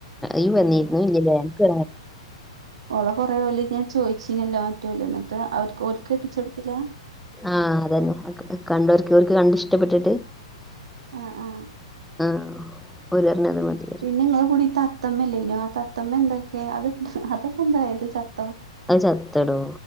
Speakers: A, in the centre; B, on the right.
A: ഈ വന്നിരുന്നു ഇല്ലല്ലേ എനക്ക്
B: ഓള കൊറേ പോല ഞാൻ ചോദിച്ചീനല്ല മറ്റോര്എന്നിട്ട് അവർ ഓര്ക്ക് കെട്ടിച്ചെടുത്തില്ല
A: ആ അതന്നെ കണ്ടവർക്കൊക്കെ കണ്ടിഷ്ടപ്പെട്ടിട്ട്
B: ആ ആ
A: ആ ഓരുപറഞ് അത് മതി.
B: നിങ്ങളെ കൂടി തത്തമ്മല്ലേനു, ആ തത്തമ്മ എന്തൊക്കെ അത് അതൊക്കെ എന്തായത് ചത്തോ?
A: അത് ചത്തടോ